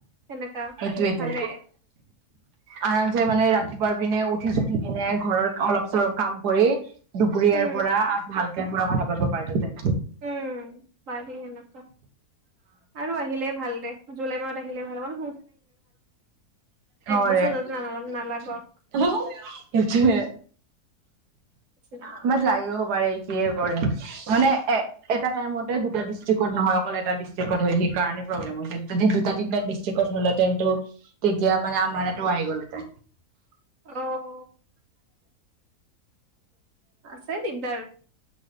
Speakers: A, on the right (about 55°); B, on the right (about 85°).
A: সেনেকা
B: সেইটোৱেটো
A: ভালে
B: আৰামচে মানে ৰাতিপুৱাৰ পিনে উঠি চুঠি কিনে ঘৰৰ অলপ চলপ কাম কৰি দুপৰীয়াৰ
A: উম
B: পৰা ভাল কে পুৰা কথা পাতিব পাৰিলো হেতেন
A: উম পাৰি সেনেকোৱা আৰু আহিলে ভাল দে জুলাই মাহত আহিলে ভাল হ'ব
B: অ
A: বছৰ
B: ৰে
A: যাতে
B: সেইটোয়ে
A: ন নালাগক নিচিনা।
B: ইমান লাগিব পাৰে কিহে কৰিম মানে এ এটা টাইমতে দুটা ডিষ্ট্ৰিকত নহয় অকল এটা ডিষ্ট্ৰিকত হয় সেই কাৰণে প্ৰব্লেম হৈছে যদি দুটা তিনটা ডিষ্ট্ৰিক্ কত হ'ল হেতেন টো তেতিয়া মানে আমাৰ ইয়াতো আহি গ'ল তাকে <unintelligible>
A: অহ আছে দিগদাৰ